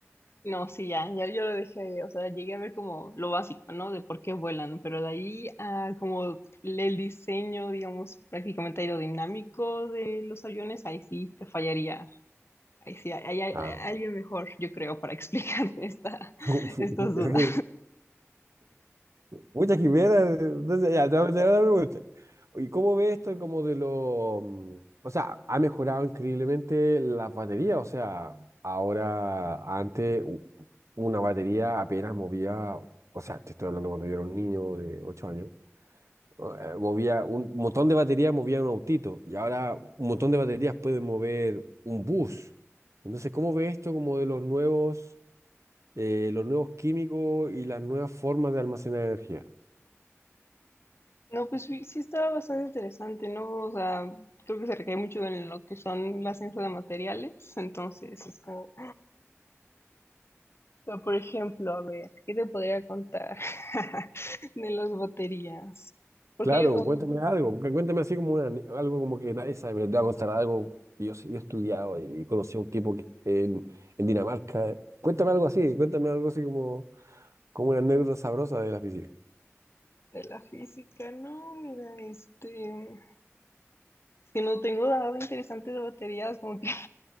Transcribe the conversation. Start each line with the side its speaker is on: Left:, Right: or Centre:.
Left: No, sí, ya, ya yo lo dejé, o sea, llegué a ver como lo básico, ¿no? De por qué vuelan, pero de ahí a como le- el diseño, digamos, prácticamente aerodinámico de los aviones, ahí sí te fallaría, ahí sí, hay, hay-
Right: Ah,
Left: hay alguien mejor, yo creo, para <laughs> explicar esta,
Right: <laughs>
Left: estas dudas.
Right: Muchas quimeras. Entonces, ya, te voy a hacer otra pregunta. ¿Y cómo ves esto como de lo... mm, O sea, ha mejorado increíblemente la batería. O sea, ahora, antes, u- una batería apenas movía... O sea, te estoy hablando cuando yo era un niño de 8 años. eh, Movía un montón de baterías, movía un autito. Y ahora un montón de baterías pueden mover un bus. Entonces, ¿cómo ves esto como de los nuevos, eh, los nuevos químicos y las nuevas formas de almacenar energía?
Left: No, pues sí, sí estaba bastante interesante, ¿no? O sea, creo que se recae mucho en lo que son la ciencia de materiales, entonces es como... Pero, por ejemplo, a ver, ¿qué te podría contar <laughs> de las baterías? Porque
Right: Claro,
Left: yo, oh,
Right: cuéntame algo, cu- cuéntame así como una, ane- algo como que nadie sabe, me te va a contar algo. y Yo, sí- yo he estudiado y conocí a un tipo que en, en Dinamarca. Cuéntame algo así, cuéntame algo así como, como una anécdota sabrosa de la física.
Left: de la física, no, mira, este, es que no tengo nada interesante de baterías, como que,